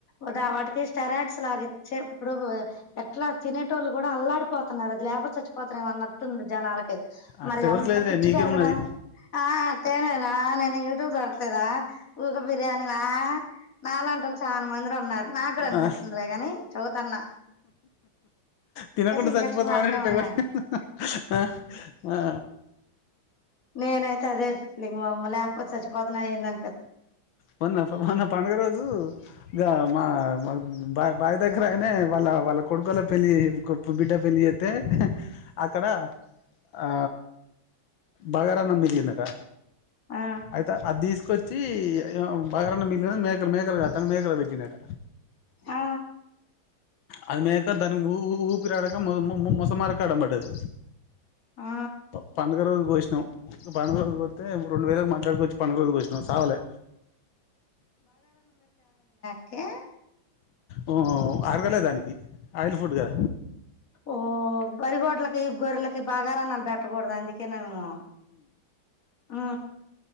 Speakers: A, on the left; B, on the left.
A: ఉదా వాటికి స్టెరాయిడ్స్ లాగిచ్చే ఇప్పుడు ఎట్లా తినేటోళ్ళు కూడా అల్లాడిపోతున్నారు అది లేపోతే చచ్చిపో తరేమో అన్నట్టుంది జనాలకి
B: అట్లా
A: మరి
B: ఎవరికి
A: అంత
B: లేదులే
A: పిచ్చి
B: నీకే
A: పెరగడానికి
B: ఉన్నది
A: ఆ తేనే ఆ నేను యూట్యూబ్ చూడట్లేదా. ఒక బిర్యానీనా నాలంటోలు చాలా మందిరి ఉన్నారు. నాకు కూడా అనిపిత్తుందిలే
B: ఆ
A: గాని చేబుతున్నా.
B: తినకుంటే
A: ఇంజక్షన్లు
B: సచ్చిపోతమని
A: అట్నే
B: టబల్
A: ఉన్నాయి
B: ఆ ఆ
A: నేనైతే అదే ఫీలింగు వామ్మో లేకపోతే చచ్చిపోతన ఏందని
B: మొన్న మొన్న పండగ రోజు ఇగ మా మా బాయి దగ్గర అయిన వాళ్ళ వాళ్ళ కొడుకోల పెళ్లి చేసిండు కొ బిడక్ పెళ్లి చెతే అక్కడ ఆ బగరాన్నం మిరిగిందట
A: ఆ
B: అయితే అది దీస్ చీ ఏ ఏమో బగారన్నం మిగిలిందని మేకలు మేకల కాతా మేకలకు వెట్టిండట
A: ఆ
B: అది మేక దానికి ఊ ఊ ఊపిరడక మొ మొ మోసమరక అడంపడది
A: ఆ
B: ప పండగ రోజు కోసినం పండగరోజు కోతే రెండు వేలకుగా మాట్లాడుకొచ్చి పండగ రోజు కోసినా నువ్ సావులే
A: ఏ
B: ఊ అరగలే దానికి ఆయిల్ ఫుడ్ కద
A: ఓ బరి గోట్లకి గొర్రలకి గి బాగారన్నాలు పెట్టకూడదు అందుకే నేము ఊ